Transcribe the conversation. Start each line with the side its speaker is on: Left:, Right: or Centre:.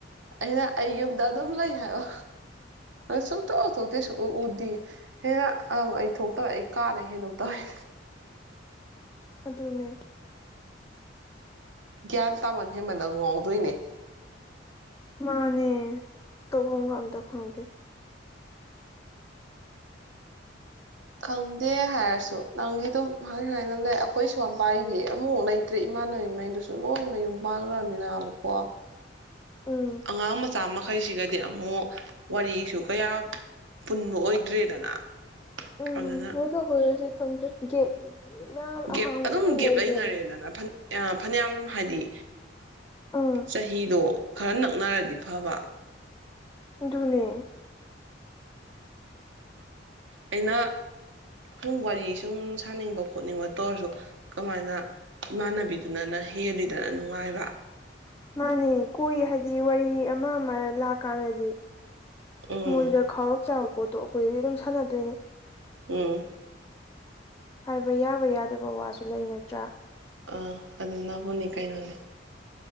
Right: ꯑꯩꯅ ꯑꯩ ꯌꯨꯝꯗ ꯑꯗꯨꯝ ꯂꯩ ꯍꯥꯏꯔꯣ ꯁꯨꯛ ꯊꯣꯛꯇꯦ ꯁꯨꯛꯎ ꯎꯗꯦ ꯁꯤ ꯍꯦꯟꯅ ꯑꯪ ꯑꯩ ꯊꯣꯛꯇꯧꯦ ꯑꯩ ꯀꯥꯗꯩ ꯍꯦꯟꯗꯣꯛꯇꯧꯅꯦ
Left: ꯑꯗꯨꯅꯦ
Right: ꯒ꯭ꯌꯥꯟ ꯇꯥꯃꯟ ꯍꯦꯃꯟꯗ ꯉꯥꯎꯗꯣꯏꯅꯦ
Left: ꯃꯥꯅꯦ ꯇꯐꯝꯒ ꯑꯝꯇ ꯈꯪꯗꯦ
Right: ꯈꯪꯗꯦ ꯍꯥꯏꯔꯁꯨ ꯅꯪꯗꯤ ꯑꯗꯨꯝ ꯍꯥꯏ ꯍꯥꯏꯅ ꯂꯩ ꯑꯩꯈꯣꯏ ꯁꯣꯝꯄꯥꯥꯏꯔꯤꯗꯤ ꯑꯃꯨꯛꯐꯥꯎ ꯂꯩꯇ꯭ꯔꯦ ꯏꯃꯥ ꯍꯥꯟꯅꯩꯉꯩꯗꯨꯁꯨ ꯂꯣꯏ ꯃꯌꯨꯝ ꯄꯥꯟꯈ꯭ꯔꯃꯤꯅꯥꯕꯀꯣ
Left: ꯎꯝ
Right: ꯑꯉꯥꯡ ꯃꯆꯥ ꯑꯃ ꯃꯈꯩꯁꯤꯒꯗꯤ ꯑꯃꯨꯛ ꯋꯥꯔꯤꯁꯨ ꯀꯌꯥ ꯄꯨꯟꯕ ꯑꯣꯏꯗ꯭ꯔꯦꯗꯅ
Left: ꯎꯝ
Right: ꯑꯗꯨꯅ
Left: ꯃꯣꯏꯒ ꯑꯩꯈꯣꯏꯒꯁꯤ ꯈꯪꯗꯦ ꯒꯦꯞ ꯃꯌꯥꯝ
Right: ꯒꯦꯞ
Left: ꯑꯍꯥꯡꯕ
Right: ꯑꯗꯨꯝ
Left: ꯃꯌꯥꯝ
Right: ꯒꯦꯞ
Left: ꯂꯩꯈ꯭ꯔꯦꯗ
Right: ꯂꯩꯅꯔꯦꯗꯅ ꯐ ꯐꯅꯌꯥꯝ ꯍꯥꯏꯗꯤ
Left: ꯑꯥ
Right: ꯆꯍꯤꯗꯣ ꯈꯔ ꯅꯛꯅꯔꯅꯤ ꯅꯤꯐꯕ
Left: ꯙꯨꯅꯦ
Right: ꯑꯩꯅ ꯁꯨꯝ ꯋꯥꯔꯤ ꯁꯨꯝ ꯁꯥꯅꯤꯡꯕ ꯈꯣꯠꯅꯤꯡꯕ ꯇ ꯑꯣꯏꯔꯁꯨ ꯀꯃꯥꯏꯅ ꯏꯃꯥꯟꯅꯕꯤꯗꯨꯅꯅ ꯍꯦꯜꯂꯤꯗꯅ ꯅꯨꯡꯉꯥꯏꯕ
Left: ꯃꯥꯅꯤ ꯀꯣꯏ ꯍꯥꯏꯗꯤ ꯋꯥꯔꯤ ꯑꯃ ꯑꯃ ꯂꯥꯛꯀꯥꯟꯗꯗꯤ
Right: ꯎꯝ
Left: ꯃꯣꯏꯗ ꯈꯥꯎꯔꯞ ꯆꯥꯕ ꯄꯣꯠꯇꯣ ꯑꯩꯈꯣꯏꯗꯗꯤ ꯑꯗꯨꯝ ꯁꯥꯟꯅꯗꯣꯏꯅꯦ
Right: ꯎꯝ
Left: ꯍꯥꯏꯕ ꯌꯥꯕ ꯌꯥꯗꯕ ꯋꯥꯁꯨ ꯂꯩꯅꯗ꯭ꯔꯥ
Right: ꯑꯥ ꯑꯗꯨ ꯅꯕꯨꯅꯤ ꯀꯩꯅꯣꯅꯦ